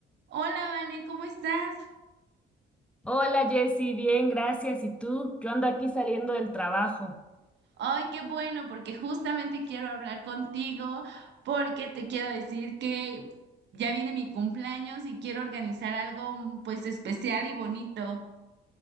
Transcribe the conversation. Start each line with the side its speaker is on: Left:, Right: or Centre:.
Right: Hola, Vane, ¿cómo estás?
Centre: Hola Jessy, bien, gracias. ¿Y tú? Yo ando aquí saliendo del trabajo.
Right: Ay, qué bueno, porque justamente quiero hablar contigo, porque te quiero decir que ya viene mi cumpleaños y quiero organizar algo mm, pues especial y bonito.